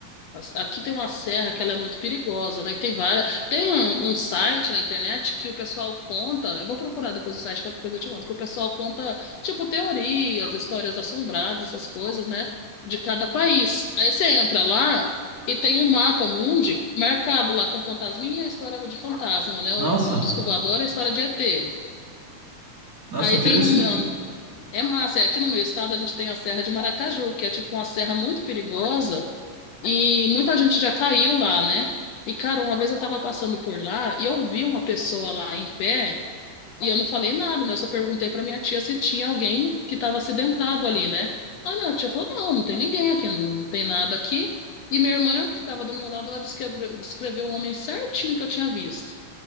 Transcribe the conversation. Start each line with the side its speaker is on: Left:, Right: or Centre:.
Left: As- Aqui tem uma serra que ela é muito perigosa, né? Tem várias. Tem um, um site na internet que o pessoal conta. Eu vou procurar depois o site, qualquer coisa eu te conto. Que o pessoal conta, tipo, teorias, histórias assombradas, essas coisas, né? De cada país. Aí você entra lá e tem um mapa mundi marcado lá com fantasminha, a história de fantasma, né? O,
Right: Nossa,
Left: o disco voador, é a história de ET.
Right: nossa,
Left: Aí
Right: interessante.
Left: tem um. É massa, é aqui no meu estado a gente tem a Serra de Maracaju, que é tipo uma serra muito perigosa e muita gente já caiu lá, né? E, cara, uma vez eu tava passando por lá e eu vi uma pessoa lá em pé e eu não falei nada, né? Eu só perguntei pra minha tia se tinha alguém que tava acidentado ali, né? Aí minha tia falou: não, não tem ninguém aqui, não tem nada aqui. E minha irmã, que tava do meu lado, ela descreve- descreveu o homem certinho que eu tinha visto,